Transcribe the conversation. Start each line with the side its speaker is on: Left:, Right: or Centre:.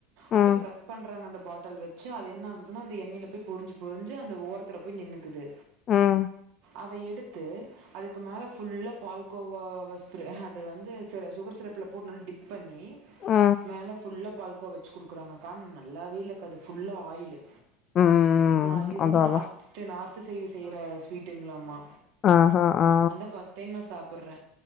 Left: ம்,
Right: அது ப்ரஸ் பண்றாங்க அந்த பாட்டில் வ வெச்சி அது என்ன ஆகுதுன்னோ அந்த எண்ணெயில போய் பொரிஞ்சி பொரிஞ்சி அந்த ஓரத்துல போய் நின்னுக்குது
Left: ம்
Right: அத எடுத்து அதுக்கு மேலே ஃபுல்லா பால்கோவ ஸ்ப்ரே அது வந்து ச சுகர் சிரப்புல போட்டு நல்லா டிப் பண்ணி
Left: அ
Right: மேலே ஃபுல்லா பால்கோவா வெச்சி குடுக்குறாங்கக்கா நல்லாவே இல்ல அது ஃபுல்லா ஆயிலு
Left: ம்.
Right: ஆ இது
Left: அதான்,
Right: வந்து நார்த்
Left: அதான்.
Right: நார்த்து சைடு செய்யற ஸ்வீட்டுங்களாமா
Left: ஆ ஹா ஆ
Right: அதா ஃபர்ஸ்ட் டைம் நா சாப்புட்ற